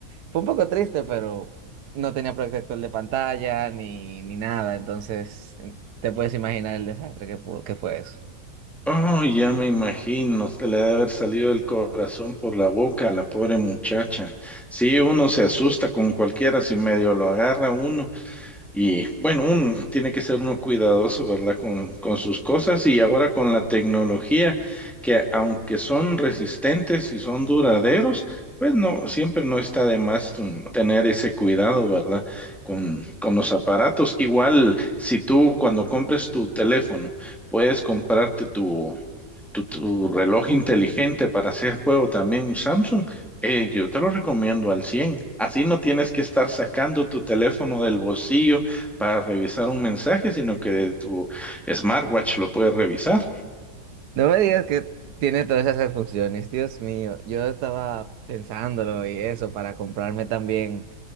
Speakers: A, on the right; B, in the centre.
A: Fue un poco triste, pero no tenía protector de pantalla ni, ni nada. Entonces, em, te puedes imaginar el desastre que, pu- que fue eso.
B: Oh, ya me imagino, se le ha de haber salido el corazón por la boca a la pobre muchacha. Sí, uno se asusta con cualquiera si medio lo agarra uno. Y bueno, uno tiene que ser uno cuidadoso, ¿verdad? Con, con sus cosas y ahora con la tecnología, que aunque son resistentes y son duraderos, pues no, siempre no está de más mm, tener ese cuidado, ¿verdad? Con, con los aparatos. Igual, si tú cuando compres tu teléfono, puedes comprarte tu, tu, tu reloj inteligente para hacer juego también, un Samsung, eh, yo te lo recomiendo al 100. Así no tienes que estar sacando tu teléfono del bolsillo para revisar un mensaje, sino que de tu smartwatch lo puedes revisar.
A: No me digas que tiene todas esas funciones, Dios mío. Yo estaba pensándolo y eso para comprarme también.